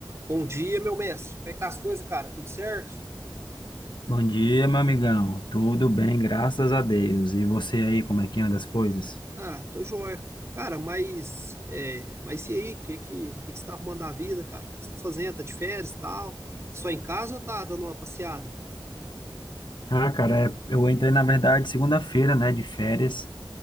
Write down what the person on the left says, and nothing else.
Bom dia, meu amigão. Tudo bem, graças a Deus. E você aí, como é que anda as coisas?
Ah, cara, é- eu entrei, na verdade, segunda-feira, né, de férias,